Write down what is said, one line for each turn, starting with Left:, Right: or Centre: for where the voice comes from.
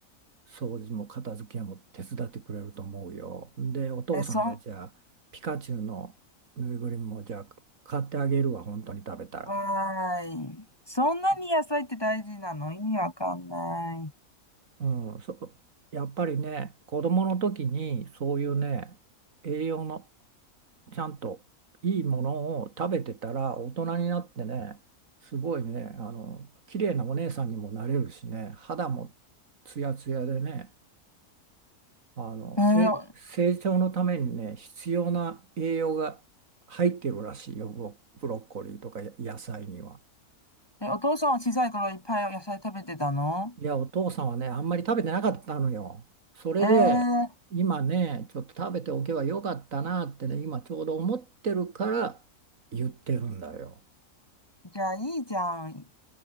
Right: 掃除も片付けも手伝ってくれると思うよ。で、お父さんがじゃあピカチュウのぬいぐるみもじゃあ買ってあげるわ、
Left: ん。え、そん、
Right: 本当に食べたら。
Left: わーい。そんなに野菜って大事なの意味わかんない。
Right: うん、そ、やっぱりね、子供の時にそういうね、栄養のちゃんといいものを食べてたら大人になってね、すごいね、あの、綺麗なお姉さんにもなれるしね、肌もツヤツヤでね、あのせ成長のためにね必要な栄養が入ってるらしいよブロ、
Left: えーお
Right: ブロッコリーとかや野菜には。
Left: え、お父さんは小さい頃いっぱい野菜食べてたの
Right: いやお父さんはねあんまり食べてなかったのよ。それで今ねちょっと食べておけばよかったなってね今ちょうど思ってるから言ってるんだよ。
Left: えー、じゃあいいじゃん。